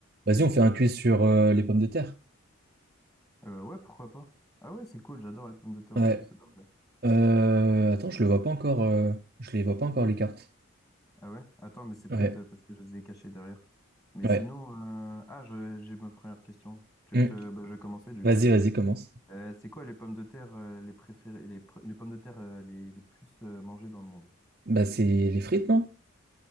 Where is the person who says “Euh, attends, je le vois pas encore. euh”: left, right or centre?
Right